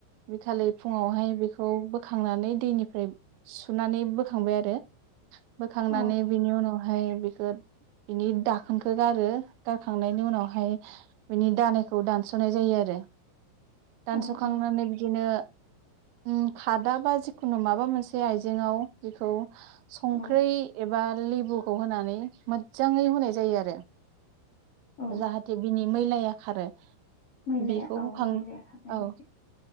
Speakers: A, on the right; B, on the left.
A: बिखालि फुआवहाय बेखौ बोखांनानै दैनिफ्राय सुनानै बोखांबाय आरो बोखांनानै
B: औ
A: बिनि उनावहाय बे खो बिनि दाखोनखौ गारो खांनायनि उनावहाय बिनि दानेखौ दानस'नाय जायो आरो दानस'खांनानै
B: औ औ
A: बिदिनो उम खादा बा जिखुनो माबा मोनसे आइजेंआव बेखौ संख्रै
B: औ
A: ए बा लेबुखौ होनानै मोजाङै होनाय जायो आरो
B: औ
A: जाहाथे बिनि मैलाया खारो
B: मैलाया
A: बेखौ
B: औ
A: होखां
B: मैलाया खारनाय
A: औ
B: बायदि